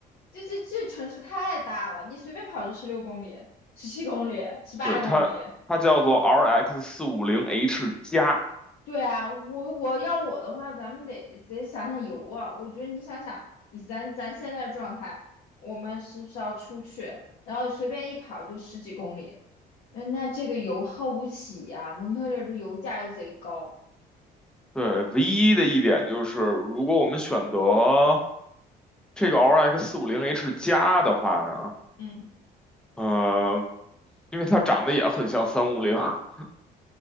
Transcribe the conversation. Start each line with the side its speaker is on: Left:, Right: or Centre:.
Left: 这这这城市太大了，你随便跑就十六公里、十七公里、十八公里。
Centre: 对，它它叫做 RX 四五零 H 加。
Left: 对啊，我我要我的话，咱们得得想想油啊。我觉得你想想，以咱咱现在的状态，我们是不是要出去，然后随便一跑就十几公里？那那这个油耗不起呀、蒙特利尔的油价又贼高。
Centre: 对，唯一的一点就是，如果我们选择这个 RX 四五零 H 加的话呢，
Left: 嗯，
Centre: 呃，因为它长得也很像三五零，<laughs>